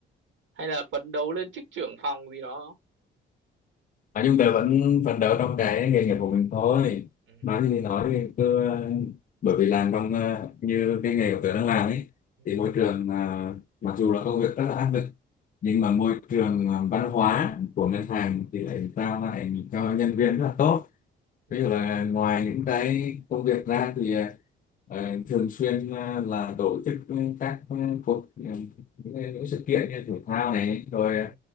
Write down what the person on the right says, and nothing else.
hay là phấn đấu lên chức trưởng phòng gì đó không?
ừ.
Ừ.
Ừ.
Ừ.